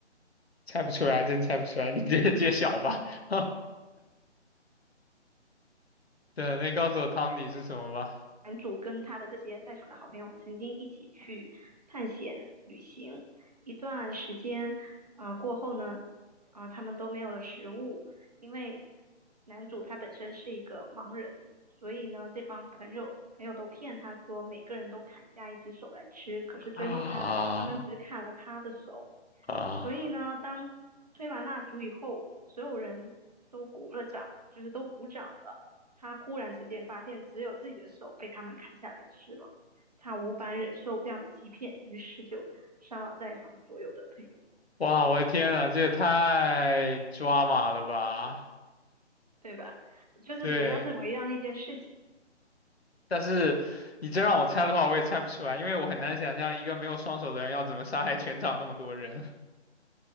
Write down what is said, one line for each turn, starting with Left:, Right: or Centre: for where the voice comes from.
Left: 猜不出来，真猜不出来，你直接揭晓吧。<laughs> 对，那你告诉我汤底是什么吧。
Right: 男主跟他的这些在场的好朋友们曾经一起去探险旅行一段时间，啊、呃过后呢，啊、呃他们都没有了食物，因为男主他本身是一个盲人，所以呢，这帮朋友朋友都骗他说每个人都砍下一只手来吃，可是最后他他们只砍了他的手，
Left: 啊啊！
Right: 所以呢，当吹完蜡烛以后，所有人都鼓了掌，就是都鼓掌了。他忽然之间发现只有自己的手被他们砍下来吃了，他无法忍受这样的欺骗，于是就杀了在场所有的朋友，
Left: 哇，我的天呐，这也太抓马了吧！
Right: 对吧？就是主要是围绕那件事情。
Left: 对。但是你真让我猜的话，我也猜不出来，因为我很难想象一个没有双手的人要怎么杀害全场那么多人。